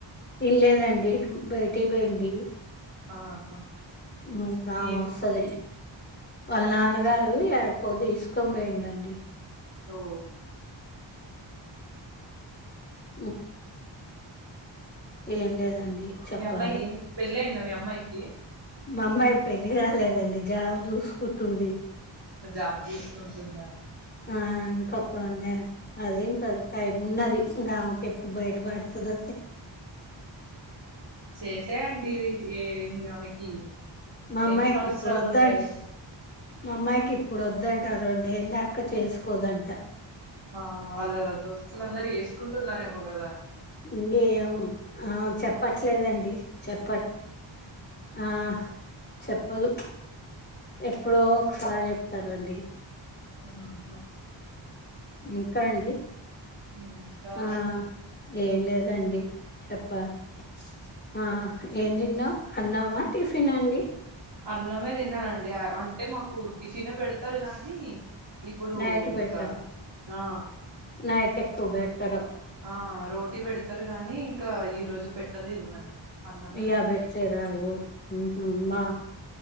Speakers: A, on the left; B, on the right.
A: ఇన్ లేదండి బయటి పొయింది.
B: ఆహా
A: ఉ దామోస్సది
B: ఏం
A: వాళ్ళ నాన్నగారు యార్కో దీసుకొంబియిండండి.
B: ఓ
A: ఉ ఏం లేదండి చెప్పాలి
B: మీ అమ్మాయి ఏం పెళ్ళైంద మీ అమ్మయికి
A: మా అమ్మాయి పెళ్లి కాలేదండి, జాబ్ జుసుకుంటుంది.
B: జాబ్ జుస్కుంటుందా
A: ఆ ఇంకొక నే అదే ఇంకా టైమ్ ఉన్నది ఇంగామె ఎప్పు బయట పడతదొ
B: చేసే యండి ఈ ఏమ్ ఆమెకి
A: మా అమ్మాయికి
B: ఎన్ని సంవస్రాలు
A: ఇప్పుడు వద్దండి
B: ఉంటయో.
A: మా అమ్మాయికి ఇప్పుడు వద్దంట రొండే ల్లేక చేసుకోదంట
B: ఆ వాళ్ళ దోస్తులందరూ ఎస్కుంటున్నారేమో గదా
A: ఇంగేమ్ ఆమ చెప్పట్లేదండి. చెప్పడ్ ఆ చెప్పదు ఎ ఎప్పురో ఒకసారి చెప్తానండి.
B: ఆ హా
A: ఇంకా అండి
B: ఇంకా
A: ఆ ఏం లేదండి చెప్పాలి ఆ ఏం తిన్నావు అన్నావా టిఫినా అండి.
B: అన్నమే తిన్నానండి అంటే మాకు టిఫిన్ పెడతారు గానీ ఇప్పుడు
A: నైట్ బెట్టారు
B: ఇంకా ఆ
A: నైట్ ఎక్కువ బెట్టరు
B: ఆ రోటీ పెడతారు గానీ ఇంకా ఈ రోజు పెట్టలేదు మరి అన్నమే
A: ఇయ
B: పెట్టిండ్రు
A: బెస్టద హుమ్ హ